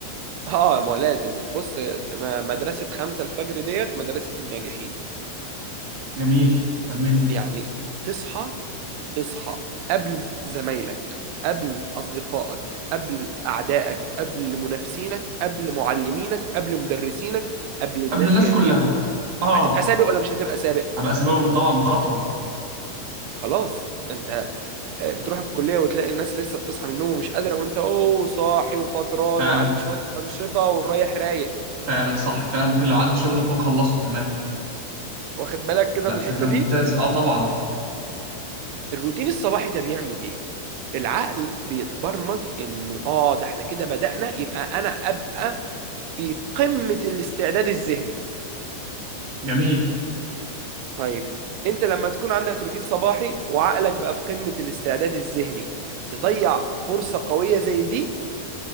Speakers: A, on the right (about 85°); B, on the right (about 45°).
A: اه ما هو لازم بص م- مدرسة خمسة الفجر ديت مدرسة الناجحين
B: جميل كمل لي
A: يعني تصحى تصحى قبل زمايلك قبل أصدقائك قبل أعدائك قبل منافسينك قبل معلمينك قبل مدرسينك قبل الناس
B: قبل الناس
A: جميعا
B: كلها اه
A: هتبقى سابق ولا مش هتبقى سابق
B: هبقى سببهم طبعا بخطوة
A: خلاص انت آه، بتروح الكلية وتلاقي الناس لسه بتصحى من النوم ومش قادرة وانت اوه صاحي وفطران
B: فعلا
A: وعامل شوية أنشطة ورايح رايق
B: فعلا صح فعلا ممكن لو عندي شغل اكون خلصته كمان
A: واخد بالك كده
B: لا
A: من
B: فكرة
A: الحتة
B: ممتازة
A: دي
B: اه طبعا
A: الروتين الصباحي ده بيعمل ايه العقل بيتبرمج انه اه ده احنا كده بدأنا يبقى انا ابقى في قمة الاستعداد الذهني
B: جميل
A: طيب انت لما تكون عندك روتين صباحي وعقلك بقى في قمة الاستعداد الذهني تضيع فرصة قوية زي دي